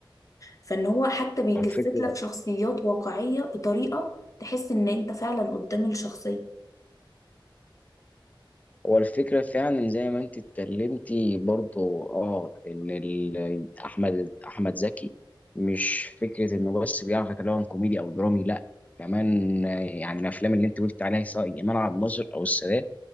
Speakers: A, on the left (about 40°); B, on the left (about 15°).
A: فإن هو حتى بيجسد
B: والفكرة
A: لك شخصيات واقعية بطريقة تحس إن أنت فعلا قدام الشخصية
B: والفكرة فعلا زي ما انت اتكلمتي برضو اه ان ال- احمد احمد زكي مش فكرة انه بس بيعرف يتكلم كوميدي او درامي لا كمان آه، يعني الافلام اللي انت قلت عليها سواء ايمان عبد الناصر او السادات